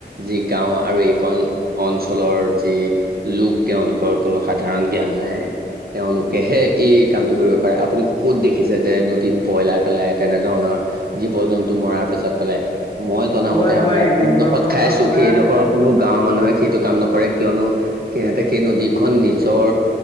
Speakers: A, on the right; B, on the left.
A: যি গাও আৰু এই অঞ্চলৰ যি লোক তেওঁলোকৰ কোনো সাধাৰণ জ্ঞান নাই তেওঁলোকেহে এই কামটো কৰিব পাৰে, আপুনি ক'ত দেখিছে যে নদীত ব্ৰইলাৰ পেলাই তেনেধৰণৰ জীৱ জন্তু মৰাৰ পিছত পেলাই মই জনামতে
B: হয় মই
A: আমাৰ
B: এনেধৰণৰ
A: যোনডোখৰত খাইছো
B: আপোনাৰ
A: সেইডোখৰ কোনো গাঁৱৰ মানুহে সেইটো কাম নকৰে কিয়নো সিহঁতে সেই নদীখন নিজৰ